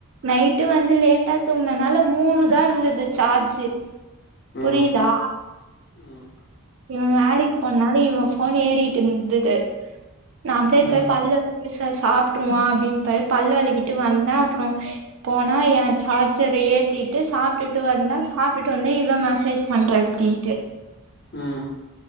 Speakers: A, on the right; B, on the left.
A: நைட்டு வந்து லேட்டா தூங்கினதுனால மூணுதா இருந்தது சார்ஜு புரியுதா
B: ம் ம்
A: இவ வேலைக்கு போனாலு இவ ஃபோன் ஏறிட்டு இருந்துது நா அப்டியே
B: ம்
A: போய் பல்ல விசா சாப்பிருவோ அப்டின்னு போய் பல்லு வெளக்கிட்டு வந்த அப்புறோ போனா என் சார்ஜரை ஏத்திட்டு சாப்புட்டுட்டு வந்தா சாப்புட்டுட்டு வந்தா இவ மெசேஜ் பண்றே அப்டின்ட்டு
B: ம்